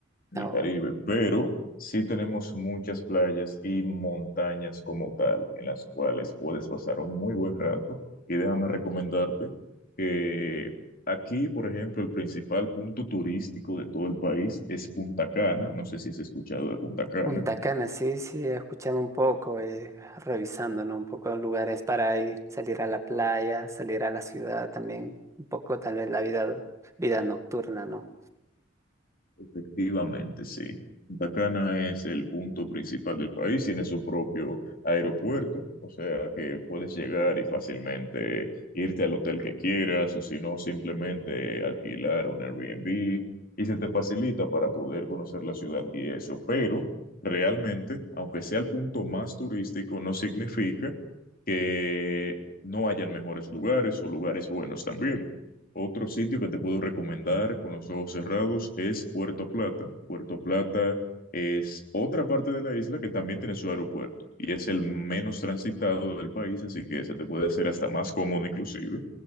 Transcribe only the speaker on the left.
en
el Caribe, pero sí tenemos muchas playas y montañas como tal, en las cuales puedes pasar un muy buen rato. Y déjame recomendarte que aquí, por ejemplo, el principal punto turístico de todo el país es Punta Cana. No sé si has escuchado de Punta Cana.
Efectivamente, sí. Punta Cana es el punto principal del país, tiene su propio aeropuerto, o sea que puedes llegar y fácilmente irte al hotel que quieras o si no, simplemente alquilar un Airbnb y se te facilita para poder conocer la ciudad y eso. Pero realmente, aunque sea el punto más turístico, no significa que no hayan mejores lugares o lugares buenos también. Otro sitio que te puedo recomendar con los ojos cerrados es Puerto Plata. Puerto Plata es otra parte de la isla que también tiene su aeropuerto y es el menos transitado del país, así que se te puede hacer hasta más cómodo inclusive.